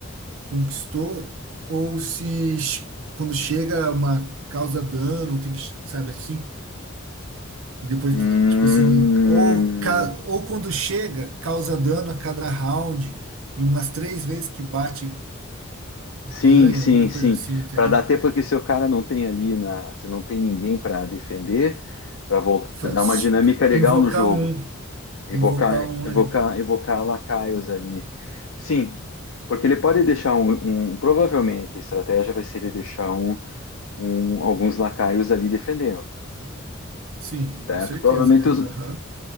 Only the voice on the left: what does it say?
Hum,
sim,
sim,
sim.
Para dar tempo porque se o cara não tem ali na, se não tem ninguém para defender, para
dar uma dinâmica legal
no jogo.
Evocar,
evocar,
evocar lacaios ali. Sim, porque ele pode deixar um, um- provavelmente a estratégia vai ser ele deixar um, um- alguns lacaios ali defendendo,
certo?
Provavelmente
os,